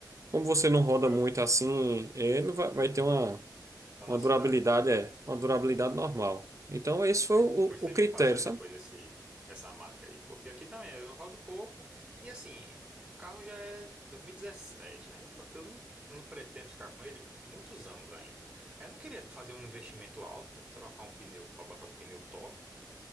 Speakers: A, on the right (about 45°); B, on the right (about 20°).
A: como você
B: Ah,
A: não
B: então
A: roda
B: é
A: muito assim, é, ele vai, vai ter uma
B: lá
A: uma
B: na
A: durabilidade
B: cidade mesmo. né?
A: é uma durabilidade normal. Então, esse foi
B: Ah,
A: o,
B: então você
A: o critério,
B: me passa aí
A: sabe?
B: depois esse, essa marca aí. Porque aqui também eu rodo pouco. E assim, o carro já é 2017. Aí eu, não- eu não, não pretendo ficar com ele muitos anos ainda. Aí eu não queria fazer um investimento alto, trocar um pneu para botar um pneu top.